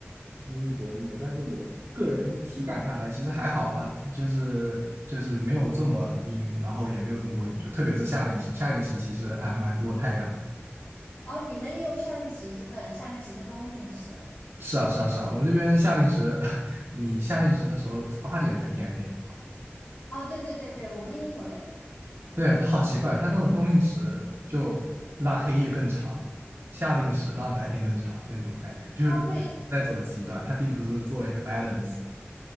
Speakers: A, on the right; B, on the left.
A: 英国英国，但是我个人体感下来其实还好啊，就是就是没有这么阴，然后也没有这么多雨，就特别是夏令时，夏令时其实还蛮多太阳的。
B: 哦，你们也有夏令时之分，夏令时跟冬令时。
A: 是啊是啊是啊，我们这边夏令时，<laughs> 你夏令时的时候八点才天黑，
B: 哦，对对对对，我们也有诶，
A: 对，它好奇怪，它那种冬令时就让黑夜更长，夏令时让白天更长那种感觉，就是感觉在走极端，
B: 它会，
A: 它并不是做一个 balance，